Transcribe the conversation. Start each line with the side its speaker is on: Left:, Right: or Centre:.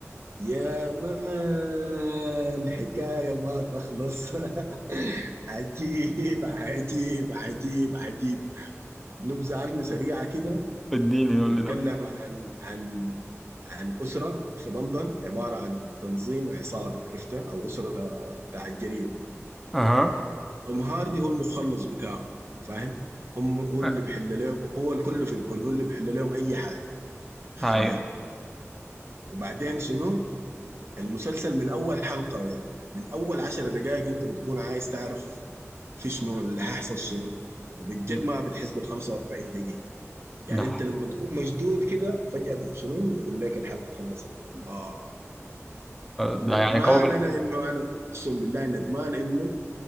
Right: يا مان حكاية ما تخلص <laughs> عجيب عجيب عجيب عجيب نبذة عنه سريعة كده
Centre: اديني قول
Right: بيتكلم
Centre: لي ده
Right: عن عن عن أسرة في لندن عبارة عن تنظيم عصابي عرفتها أو أسرة بتاع الجريمة
Centre: اها
Right: توم هاردي هو المخلص بتاعه فاهم هم هو
Centre: آه،
Right: اللي بيحل لهم هو الكل في الكل هو اللي بيحل لهم اي حاجه ف
Centre: هاي
Right: وبعدين شنو المسلسل من اول حلقه يا يعني من اول عشر دقائق انت بتكون عايز تعرف في شنو اللي هيحصل شنو وبجد
Centre: ده
Right: ما بتحس بال 45 دقيقه يعني
Centre: ده
Right: انت لما تكون مشدود كده فجاه بي- شنو بيقول لك الحلقه خلصت الله ندمان
Centre: ده يعني قوي من
Right: انا انه انا اقسم بالله ندمان انه